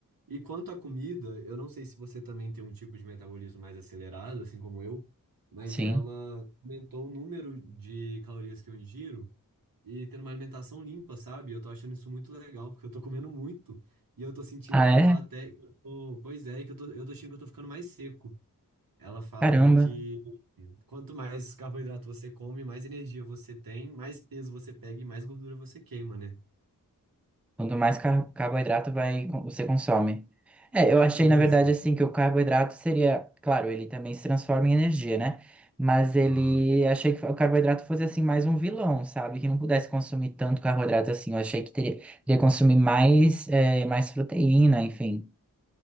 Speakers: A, on the right (about 75°); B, in the centre.
A: E quanto à comida, eu não sei se você também tem um tipo de metabolismo mais acelerado, assim como eu, mas
B: sim.
A: ela aumentou o número de calorias que eu ingiro e ter uma alimentação limpa, sabe? Eu tô achando isso muito legal, porque eu tô comendo muito e eu tô sentindo
B: Ah,
A: que eu
B: é?
A: tô até. que eu tô- pois é, que eu tô, eu tô achando que eu tô ficando mais seco. Ela falou
B: Caramba.
A: que quanto mais carboidrato você come, mais energia você tem, mais peso você pega e mais gordura você queima, né?
B: Quanto mais car- carboidrato vai, você consome. É, eu achei,
A: Isso.
B: na verdade, assim, que o carboidrato seria, claro, ele também se transforma em energia, né? Mas ele
A: Aham.
B: achei que o carboidrato fosse assim mais um vilão, sabe? Que não pudesse consumir tanto carboidrato assim. Eu achei que teria, teria que consumir mais, é, mais proteína, enfim,